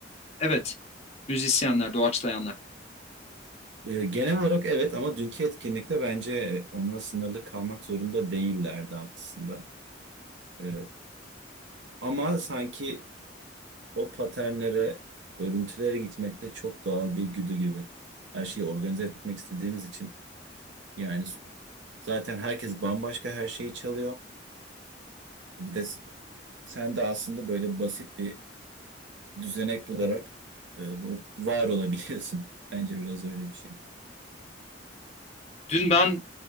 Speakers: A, on the left; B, on the right.
A: Evet, müzisyenler, doğaçlayanlar.
B: E, genel olarak evet ama dünkü etkinlikte bence e, onunla sınırlı kalmak zorunda değillerdi aslında. E, ama sanki o paternlere, örüntülere gitmekte çok doğal bir güdü gibi. Her şeyi organize etmek istediğimiz için yani Zaten herkes bambaşka her şeyi çalıyor. Bir de s- sen de aslında böyle basit bir düzenek bularak e, bu- var olabiliyorsun. <laughs> Bence biraz öyle bir şey.
A: Dün ben